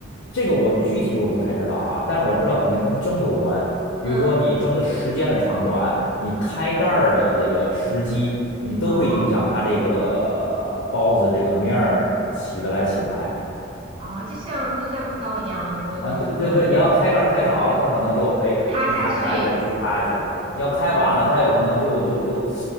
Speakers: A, on the left; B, on the right.
A: 这个我具体我不太知道啊，但是我知道肯定跟蒸有关。
B: 嗯。
A: 比如说你蒸的时间的长短，你开盖儿的这个时机，你都会影响它这个包子这个面儿起得来起不来
B: 哦哦，就像做蛋糕一样，如果就是说你
A: 啊。对对对，你要开盖儿开早了，它可能就哎没发起来就就塌下去了；
B: 塌下去，
A: 你要开晚了，
B: 啊、
A: 它有可能就就就，